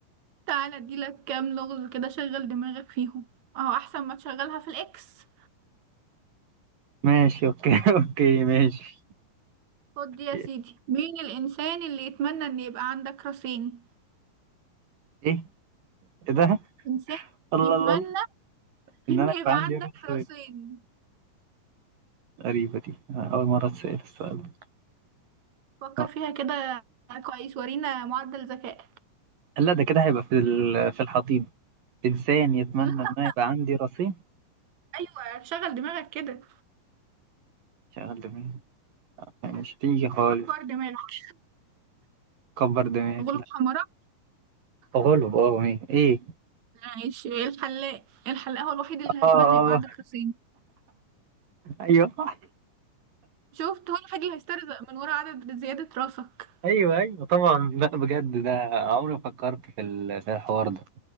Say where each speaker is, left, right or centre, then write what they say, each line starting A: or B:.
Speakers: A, on the right; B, on the right.
A: تعالى اديلك كام لغز كده شغل دماغك فيهم اهو احسن ما تشغلها في الاكس
B: ماشي اوكي <laughs> اوكي ماشي
A: خد دي يا
B: ايه
A: سيدي مين الانسان اللي يتمنى ان يبقى عندك راسين
B: إيه ده
A: انسان
B: الله
A: يتمنى
B: الله الله
A: <laughs>
B: ان
A: ان
B: انا يبقى
A: يبقى
B: عندي
A: عندك
B: رأس
A: راسين
B: غريبه دي أنا اول مره اتسال السؤال ده
A: فكر
B: آه.
A: فيها كده كويس ورينا معدل ذكاء
B: لا ده كده هيبقى في ال- في الحضيض انسان يتمنى
A: <laughs>
B: ان انا يبقى عندي راسين
A: ايوه شغل دماغك كده
B: شغل دماغي يعني مش هتيجي خالص
A: كبر دماغك
B: كبر دماغي
A: غلوب حمراء
B: تغلب اه ايه ايه
A: ماشي إيه الحلاق الحلاق هو الوحيد اللي
B: اه
A: هيتمنى
B: اه
A: يبقى عندك راسين
B: ايوه <laughs>
A: شفت هو الوحيد اللي هيسترزق من ورا عدد زيادة راسك
B: ايوه ايوه طبعا لا بجد ده عمري ما فكرت في ال- في الحوار ده